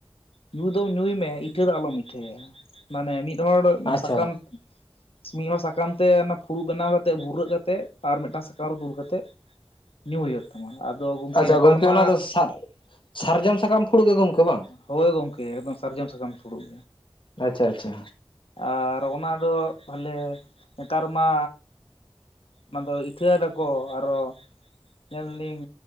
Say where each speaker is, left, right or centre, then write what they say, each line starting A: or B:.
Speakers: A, on the left (about 85°); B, on the left (about 60°).
A: ᱧᱩ ᱫᱚᱢ ᱧᱩᱭ ᱢᱮ ᱤᱴᱷᱟᱹ ᱫᱚ ᱟᱞᱚᱢ ᱤᱴᱷᱟᱹᱭᱟ ᱢᱟᱱᱮ ᱢᱤᱫᱦᱚᱲ
B: ᱟᱪᱪᱷᱟ
A: ᱥᱟᱠᱟᱢ ᱢᱤᱫ ᱦᱚᱲ ᱥᱟᱠᱟᱢ ᱛᱮ ᱚᱱᱟ ᱯᱷᱩᱲᱩᱜ ᱵᱮᱱᱟᱣ ᱠᱟᱛᱮ ᱵᱷᱩᱨᱟᱹᱜ ᱠᱟᱛᱮᱫ ᱟᱨ ᱢᱤᱫᱴᱟᱝ ᱥᱟᱠᱟᱢ ᱨᱮ ᱫᱩᱞ ᱠᱟᱛᱮᱜ ᱧᱩ ᱦᱩᱭᱩᱜ ᱛᱟᱢᱟ ᱟᱫᱚ ᱜᱚᱝᱠᱮ
B: ᱟᱪᱪᱷᱟ
A: ᱦᱮᱸᱛᱟᱨ ᱢᱟ
B: ᱚᱱᱟ ᱫᱚ ᱥᱟᱨ ᱥᱟᱨᱡᱚᱢ ᱥᱟᱠᱟᱢ ᱯᱷᱩᱲᱩᱜ ᱜᱮ ᱜᱚᱝᱠᱮ ᱵᱟᱝ
A: ᱦᱳᱭ ᱜᱚᱢᱠᱮ ᱮᱠᱫᱚᱢ ᱥᱟᱨᱡᱚᱢ ᱥᱟᱠᱟᱢ ᱯᱷᱩᱲᱩᱜ
B: ᱟᱪᱪᱷᱟ ᱟᱪᱪᱷᱟ
A: ᱟᱨ ᱚᱱᱟ ᱫᱚ ᱛᱟᱦᱞᱮ ᱱᱮᱛᱟᱨ ᱢᱟ ᱚᱱᱟ ᱫᱚ ᱤᱴᱷᱟᱹ ᱣᱟᱫᱟᱠᱚ ᱟᱨᱚ ᱧᱮᱞ ᱫᱤᱧ